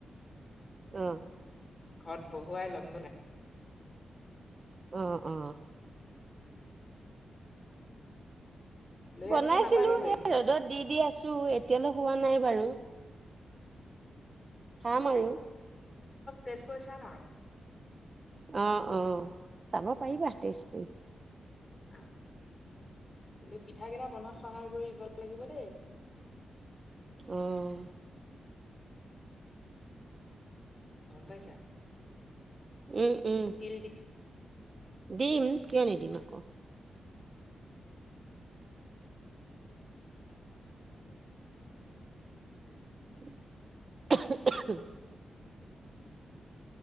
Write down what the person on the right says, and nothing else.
অহ।
অ অ।
বনাইছিলো
এ ৰ'দত দি দি আছো এতিয়ালৈ হোৱা নাই বাৰু। খাম আৰু।
অ-অ চাব পাৰিবা তেছ কৰি।
অহ।
উম-উম।
ডিম কিয় নিদিম আকৌ। <inaudible>